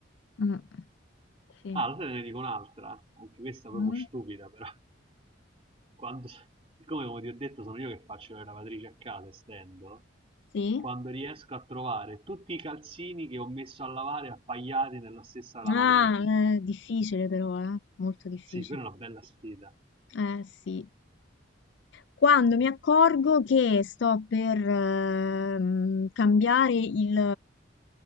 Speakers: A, on the left; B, on the right.
A: Mm, Sì.
B: Ah, lo sai, te ne dico un'altra, anche questa proprio
A: Mm,
B: stupida, però. Quando, siccome, come ti ho detto, sono io che faccio le lavatrici a casa e stendo,
A: Sì.
B: quando riesco a trovare tutti i calzini che ho messo a lavare appaiati nella stessa lavatrice.
A: Ah, è difficile però, eh? Molto difficile.
B: Sì, quella è una bella sfida.
A: Eh, sì. Quando mi accorgo che sto per ehm, cambiare il,